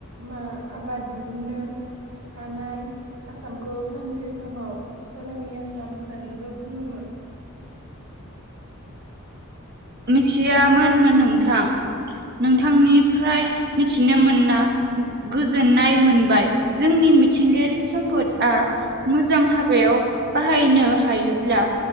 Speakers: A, on the right (about 70°); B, on the right (about 50°).
A: मा आबाद दिहुन्नो हानाय आसामखौ सानसे समाव सनानि आसाम होननानैबो बुङोमोन।
B: मिथियामोनमोन नोंथां नोंथांनिफ्राय मिथिनो मोनना गोजोननाय मोनबाय। जोंनि मिथिंगायारि सम्पदआ मोजां हाबायाव बाहायनो हायोब्ला